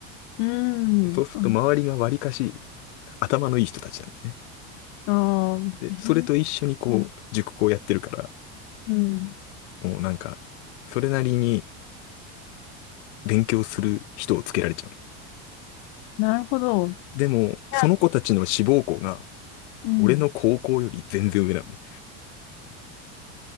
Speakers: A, on the left; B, on the left.
A: うんあ
B: でそうすると周りがわりかし、頭のいい人たちなんだね。
A: ああ、
B: で、
A: ええ
B: それと一緒にこう、
A: うん、
B: 塾講やってるから、
A: うん
B: もうなんか、それなりに、勉強する人をつけられちゃう。
A: なるほど。い
B: でも、
A: や、
B: その子たちの志望校が、
A: うん。
B: 俺の高校より全然上なのね。